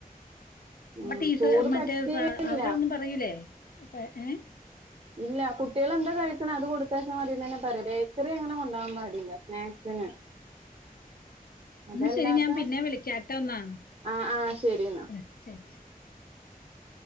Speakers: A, on the right; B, on the left.
A: ഉം
B: ആട്ടി
A: ചോറ്
B: സ് മറ്റേ
A: പറ്റേയില്ല
B: സാ അവര് ഒന്നും പറയൂലേ അപ്പ ഏ
A: ഇല്ല കുട്ടിയാൾ എന്താ കഴിക്കുന്നത് കൊടുത്തയ്ക്ക്നതി നന്നെ പറയും ബേക്കറി അങ്ങനെ കൊണ്ടാവാൻ പാടില്ല നാൻ തന്നെ <unintelligible> അതല്ലാത്ത
B: എന്നാ ശരി ഞാൻ പിന്നെ വിളിക്കാട്ടോ എന്നാ.
A: ആ ആ ശെരിന്നാ
B: ശരി ശരി